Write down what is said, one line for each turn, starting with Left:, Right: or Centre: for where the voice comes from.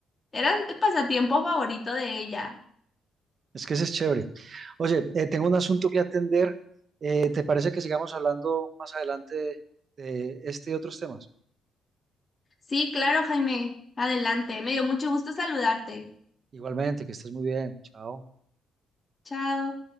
Left: Era el pasatiempo favorito de ella.
Right: Es que ese es chévere. Oye, eh, tengo un asunto que atender. Eh, ¿te parece que sigamos hablando más adelante de este y otros temas?
Left: Sí, claro, Jaime. Adelante. Me dio mucho gusto saludarte.
Right: Igualmente, que estés muy bien. Chao.
Left: Chao.